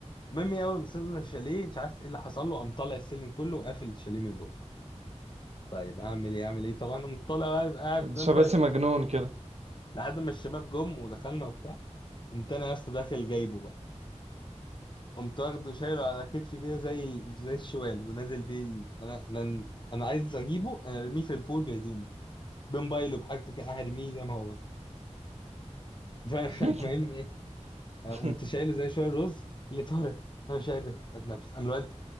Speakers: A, on the left; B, on the right.
A: المهم اول ما وصلنا الشاليه مش عارف ايه اللي حصل له قام طالع السلم كله وقافل الشاليه من جوه طيب اعمل ايه اعمل ايه طبعا قمت طالع بقى يبقى قاعد قدام
B: شباسي
A: باب
B: مجنون كده
A: لحد ما الشباب جم ودخلنا وبتاع قمت انا يا اسطى داخل جايبه بقى قمت واخده شايله على كتفي كده زي ال... زي الشوال ونازل بيه ال... انا انا انا عايز اجيبه انا ارميه في البول بهدومه بموبايله بحاجته كده هرميه زي ما هو <laughs>
B: <laughs>
A: فالمهم ايه قمت
B: <applause>
A: شايله زي شويه رز اللي طارق انا مش قادر اتنفس قام الواد